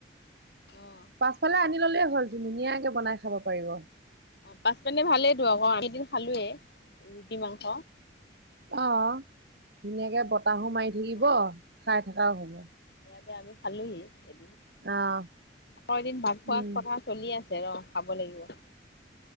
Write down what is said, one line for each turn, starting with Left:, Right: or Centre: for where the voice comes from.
Left: অ'।
Right: পাছফালে আনি ললেই হ'ল। ধুনীয়াকে বনাই খাব পাৰিব।
Left: অ, পাচ পিনে ভালেইটো আকৌ, আমি এদিন খালোয়েই ৰুটি, মাংস।
Right: অ, ধুনীয়াকে বতাহো মাৰি থাকিব
Left: অ
Right: খাই থকাও হ'ব।
Left: এতিয়া আমি খালোহি, এদিন
Right: আহ
Left: আকৌ এদিন ভাত খোৱাৰ
Right: উম
Left: কথা চলি আছে। ৰ, খাব লাগিব।